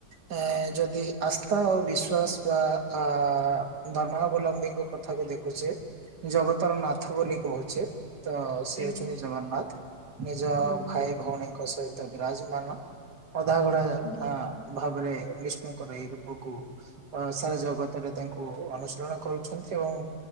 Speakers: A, on the right (about 80°); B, on the left (about 70°).
A: ଏ ଯଦି ଆସ୍ଥା ଓ ବିଶ୍ଵାସ ବା ଆ ଧର୍ମାବଲମ୍ବୀଙ୍କ କଥାକୁ ଦେଖ ହୋଉଛେ ଜଗତର ନାଥ ବୋଲି କହୁଚେ ତ ସି
B: ଆଜ୍ଞା
A: ହଉଛନ୍ତି ଜଗନ୍ନାଥ। ନିଜ
B: ହୁଁ
A: ଭାଇ ଭଉଣୀଙ୍କୁ ତା ସହିତ ବିରାଜମାନ ଅଧାଗଢା
B: ହୁଁ
A: ଆ ଭାବରେ ବିଷ୍ଣୁଙ୍କର ଏଇ ରୂପକୁ ଅ ସାରା ଜଗତରେ ତାଙ୍କୁ ଅନୁସରଣ କରୁଛନ୍ତି ଏବଂ